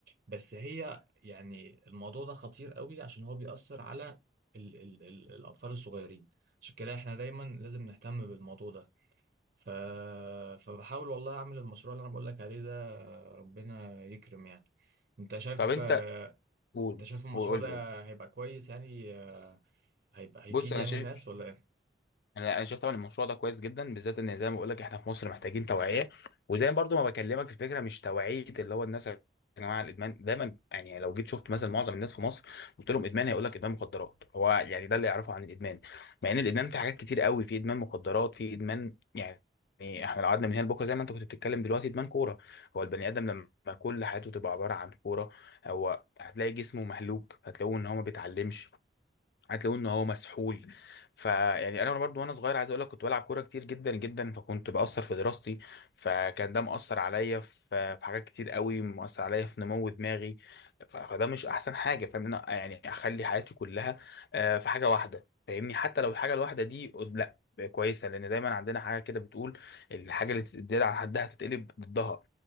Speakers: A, on the right; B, on the left.
A: بس هي يعني الموضوع ده خطير قوي عشان هو بيأثر على ال... ال... ال... الأطفال الصغيرين عشان كده احنا دايما لازم نهتم بالموضوع ده ف... فبحاول والله أعمل المشروع اللي أنا بقول لك عليه ده ربنا يكرم يعني أنت شايف
B: طب انت
A: آه،
B: قول
A: أنت شايف المشروع
B: وقول
A: ده
B: لي قول.
A: هيبقى كويس يعني آه، هيبقى هيفيد
B: بص انا
A: يعني
B: شايف
A: الناس ولا إيه؟
B: انا انا شايف طبعا المشروع ده كويس جدا بالذات ان زي ما بقول لك احنا في مصر محتاجين توعيه ودايما برضو ما بكلمك في فكره مش توعيه اللي هو الناس يا جماعه الادمان دايما يعني لو جيت شفت مثلا معظم الناس في مصر قلت لهم ادمان هيقول لك ادمان مخدرات هو يعني ده اللي يعرفه عن الادمان مع ان الادمان في حاجات كتير قوي في ادمان مخدرات في ادمان يعني احنا لو قعدنا من هنا لبكره زي ما انت كنت بتتكلم دلوقتي ادمان كوره هو البني ادم لما كل حياته تبقى عباره عن كوره هو هتلاقي جسمه مهلوك هتلاقوه ان هو ما بيتعلمش هتلاقوه ان هو مسحول فيعني انا برضو وانا صغير عايز اقول لك كنت بلعب كوره كتير جدا جدا فكنت باثر في دراستي فكان ده مأثر عليا في في حاجات كتير قوي مأثر عليا في نمو دماغي ف- فده مش احسن حاجه فاهم إن أنا يعني اخلي حياتي كلها آه، في حاجه واحده فاهمني حتى لو الحاجه الواحده دي قد- لا كويسه لان دايما عندنا حاجه كده بتقول الحاجه اللي تزيد عن حدها تتقلب ضدها